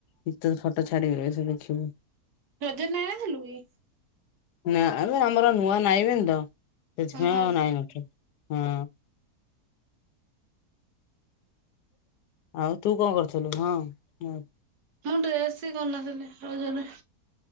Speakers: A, on the left (about 80°); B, on the right (about 75°).
A: ଉଁ ତତେ ଫଟୋ ଛାଡିିବି ରହିଥା ଦେଖିବୁ।
B: ରଜରେ ନାଇ ନ ଥିଲୁ କି।
A: ନା ଆରେ ଆମର ନୂଆ ନାଇଁବେନି ତ ସେଥିପାଇଁ
B: ହୁଁ ହୁଁ।
A: ଆଉ ନାଇନଥି ହଁ। ଆଉ ତୁ କଣ କରିଥିଲୁ? ହଁ ନ
B: ମୁଁ ଡ୍ରେସ୍ ହି କରିନଥିଲି ରଜ ରେ।